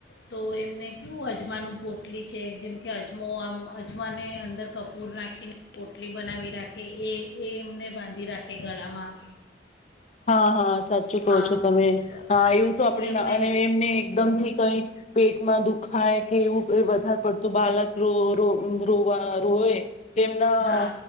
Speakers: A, on the left; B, on the left.
A: તો એમને કવું અજમાનું પોટલી છે જેમ કે અજમો આમ અજમાને અંદર કપૂર નાખીને પોટલી બનાવી રાખે એ એ એમને બાંધી રાખે ગળામાં.
B: હા હા સાચું
A: હા
B: કહો છો
A: પ-
B: તમે. હા એવું
A: પછી
B: તો આપડણે
A: એમને
B: અને એમને એકદમથી કઈ પેટમાં દુખાય કે એવું વધારે પડતું બાળક રો રો રોવા રોએ કે એમના
A: હા